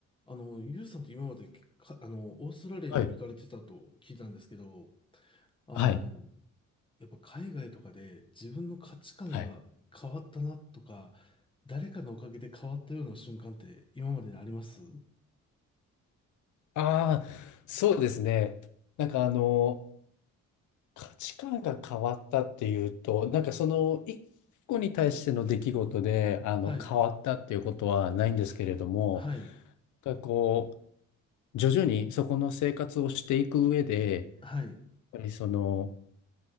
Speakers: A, on the left (about 15°); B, on the left (about 75°).
A: あの、ユウさんって今までか、あの、オーストラリアにも行かれてたと聞いたんですけど、
B: はい。
A: あの、
B: はい。
A: やっぱ海外とかで自分の価値観が変わったなとか、
B: はい。
A: 誰かのおかげで変わったような瞬間って今までにあります
B: ああ、そうですね。なんかあの、価値観が変わったっていうと、なんかその一個に対しての出来事で、あの、
A: はい、
B: 変わったっていうことはないんですけれども、
A: はい、
B: なんかこう、徐々にそこの生活をしていく上で、
A: はい、
B: やっぱりその、